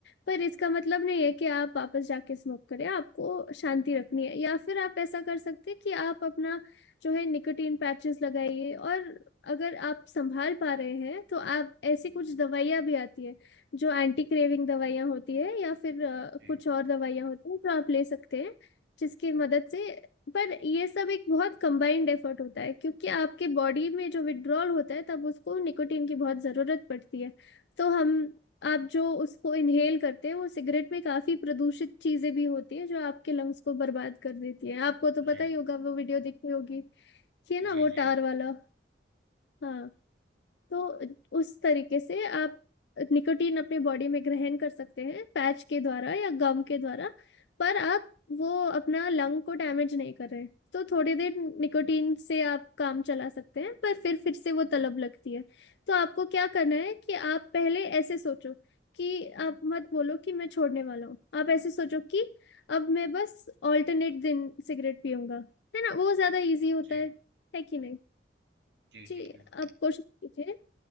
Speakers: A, on the left (about 70°); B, on the right (about 70°).
A: पर इसका मतलब नहीं है कि आप वापस जाके स्मोक करें आपको शांति रखनी है या फिर आप ऐसा कर सकते हैं कि आप अपना जो है निकोटीन पैचेस लगाइए और अगर आप संभाल पा रहे हैं तो आप ऐसी कुछ दवाइयाँ भी आती है जो एंटी क्रेविंग दवाइयाँ होती है या फिर अ,
B: जी
A: कुछ और दवाइयाँ होती हैं जो आप ले सकते हैं जिसकी मदद से पर ये सब एक बहुत कंबाइंड एफर्ट होता है क्योंकि आपके बॉडी में जो विड्रॉल होता है तब उसको निकोटीन की बहुत ज़रूरत पड़ती है तो हम आप जो उसको इनहेल करते हैं वो सिगरेट में काफ़ी प्रदूषित चीज़ें भी होती है जो आपके लंग्स को बर्बाद कर देती है आपको तो
B: जी
A: पता ही होगा वो वीडियो देखी होगी कि है ना
B: जी
A: वो
B: जी
A: टार वाला हाँ तो उस तरीके से आप निकोटीन अपने बॉडी में ग्रहण कर सकते हैं पैच के द्वारा या गम के द्वारा पर आप वो अपना लंग को डैमेज नहीं कर रहे तो थोड़ी देर निकोटीन से आप काम चला सकते हैं पर फिर फिर से वो तलब लगती है तो आपको क्या करना है कि आप पहले ऐसे सोचो कि आप मत बोलो कि मैं छोड़ने वाला हूँ आप ऐसे सोचो कि अब मैं बस ऑल्टरनेट दिन सिगरेट पीऊंगा है ना वो ज्यादा इजी होता
B: जी
A: है है कि नहीं
B: जी
A: जी
B: जी बिल्कुल
A: आप कोशिश कीजिए